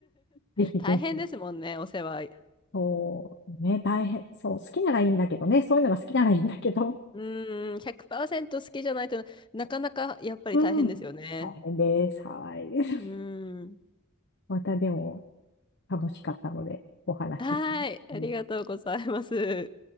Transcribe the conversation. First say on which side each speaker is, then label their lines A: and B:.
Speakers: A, on the left; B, on the left.
A: ぜひぜひ。
B: 大変ですもんね、お世話。
A: そう、ね、大変、そう、好きならいいんだけどね、そういうのが好きならいいんだけど、
B: うん、100%好きじゃないとなかなかやっぱり大変ですよね。
A: うん。大変です。はい。<laughs>
B: うん。
A: またでも楽しかったので、お話。
B: はーい。ありがとうございます。
A: うん